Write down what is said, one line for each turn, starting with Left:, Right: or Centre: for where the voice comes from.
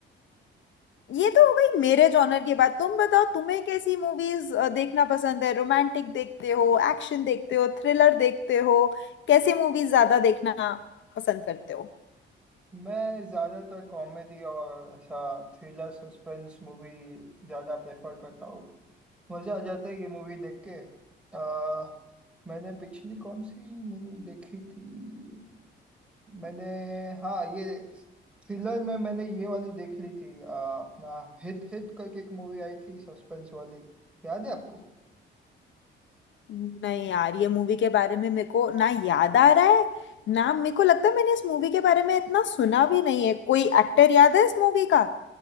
Left: ये तो हो गई मेरे जॉनर की बात तुम बताओ तुम्हें कैसी मूवीज देखना पसंद है रोमांटिक देखते हो एक्शन देखते हो थ्रिलर देखते हो कैसी मूवीज ज्यादा देखना पसंद करते हो
Centre: मैं ज़्यादातर कॉमेडी और ऐसा थ्रिलर सस्पेंस मूवी ज़्यादा प्रेफर करता हूँ मजा आ जाता है ये मूवी देख के आ, मैंने पिछली कौन सी मूवी देखी थी मैंने हाँ ये थ्रिलर में मैंने ये वाली देख ली थी आ, अपना हिट हिट करके एक मूवी आई थी सस्पेंस वाली याद है आपको
Left: नहीं यार ये मूवी के बारे में मेरे को ना याद आ रहा है ना मेरे को लगता है मैंने इस मूवी के बारे में इतना सुना भी नहीं है कोई एक्टर याद है इस मूवी का